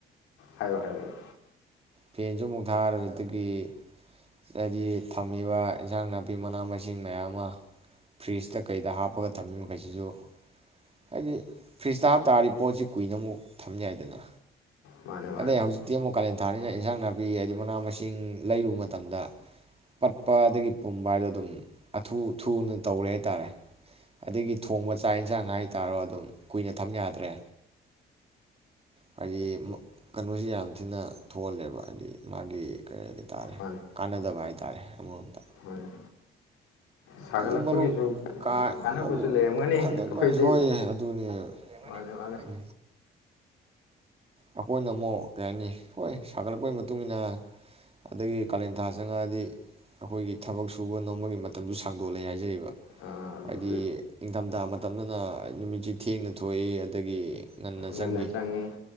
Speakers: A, on the left; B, on the right.
A: ꯍꯥꯏꯌꯣ ꯍꯥꯏꯌꯣ
B: ꯐꯦꯟꯁꯨ ꯑꯃꯨꯛ ꯊꯥꯕꯗꯒꯤ ꯍꯥꯏꯗꯤ ꯊꯝꯃꯤꯕ ꯏꯟꯁꯥꯡ ꯅꯥꯄꯤ ꯃꯅꯥ ꯃꯁꯤꯡ ꯃꯌꯥꯝ ꯑꯃ ꯐ꯭ꯔꯤꯖꯇ ꯀꯩꯗ ꯍꯥꯞꯄꯒ ꯊꯝꯃꯤ ꯃꯈꯩꯁꯤꯁꯨ ꯍꯥꯏꯗꯤ ꯐ꯭ꯔꯤꯖꯇꯥꯥ ꯍꯥꯞꯇꯥꯔꯗꯤ ꯄꯣꯠꯁꯤ ꯀꯨꯏꯅ ꯑꯃꯨꯛ ꯊꯝ ꯌꯥꯏꯗꯅ
A: ꯃꯥꯅꯦ ꯃꯥꯅꯦ
B: ꯑꯗꯩ ꯍꯧꯖꯤꯛꯇꯤ ꯑꯃꯨꯛ ꯀꯥꯂꯦꯟ ꯊꯥꯅꯤꯅ ꯏꯟꯁꯥꯡ ꯅꯥꯄꯤ ꯍꯥꯏꯗꯤ ꯃꯅꯥ ꯃꯁꯤꯡ ꯂꯩꯔꯨꯕ ꯃꯇꯝꯗ ꯄꯠꯄ ꯑꯗꯒꯤ ꯄꯨꯝꯕ ꯍꯥꯏꯗꯣ ꯑꯗꯨꯝ ꯑꯊꯨ ꯊꯨꯅ ꯇꯧꯔꯦ ꯍꯥꯏꯇꯥꯔꯦ ꯑꯗꯒꯤ ꯊꯣꯡꯕ ꯆꯥꯛ ꯌꯦꯟꯁꯥꯡ ꯍꯥꯏꯇꯥꯔꯣ ꯑꯗꯨꯝ ꯀꯨꯏꯅ ꯊꯝ ꯌꯥꯗ꯭ꯔꯦ ꯍꯥꯏꯗꯤ ꯀꯩꯅꯣꯁꯤ ꯌꯥꯝ ꯊꯤꯅ ꯊꯣꯛꯍꯜꯂꯦꯕ ꯍꯥꯏꯗꯤ ꯃꯥꯒꯤ ꯀꯔꯤ ꯍꯥꯏ ꯇꯥꯔꯦ
A: ꯃꯥꯅꯦ
B: ꯀꯥꯟꯅꯗꯕ ꯍꯥꯏ ꯇꯥꯔꯦ ꯑꯃꯔꯣꯝꯗ
A: ꯃꯥꯅꯦ ꯁꯥꯒꯠꯂꯛꯄꯒꯤꯁꯨ
B: ꯑꯗꯨꯝ ꯃꯔꯨꯞ ꯀꯥ
A: ꯀꯥꯟꯅꯕꯁꯨ
B: ꯃꯔꯨ
A: ꯂꯩꯔꯝꯒꯅꯤ
B: ꯍꯟꯗꯛ
A: ꯑꯩꯈꯣꯏꯗꯤ
B: ꯃꯔꯛ ꯍꯣꯏ ꯑꯗꯨꯅꯦ ꯎꯝ
A: ꯃꯥꯅꯦ ꯃꯥꯅꯦ
B: ꯑꯩꯈꯣꯏꯅ ꯑꯃꯨꯛ ꯀꯩ ꯍꯥꯏꯅꯤ ꯍꯣꯏ ꯁꯥꯒꯠꯂꯛꯄꯩ ꯃꯇꯨꯡ ꯏꯟꯅ ꯑꯗꯒꯤ ꯀꯥꯂꯦꯟ ꯊꯥ ꯆꯪꯉꯛꯑꯗꯤ ꯑꯩꯈꯣꯏꯒꯤ ꯊꯕꯛ ꯁꯨꯕ ꯅꯣꯝꯕꯒꯤ ꯃꯇꯝꯁꯨ ꯁꯥꯡꯗꯣꯛꯂꯛꯑꯦ ꯍꯥꯏꯖꯔꯤꯕ
A: ꯑꯥ ꯑꯗꯨꯗꯤ
B: ꯍꯥꯏꯗꯤ ꯏꯪꯊꯝꯊꯥ ꯃꯇꯝꯗꯅ ꯅꯨꯃꯤꯠꯁꯤ ꯊꯦꯡꯅ ꯊꯣꯛꯏ ꯑꯗꯒꯤ ꯉꯟꯅ
A: ꯉꯟꯅ
B: ꯆꯪꯈꯤ
A: ꯆꯪꯅꯤ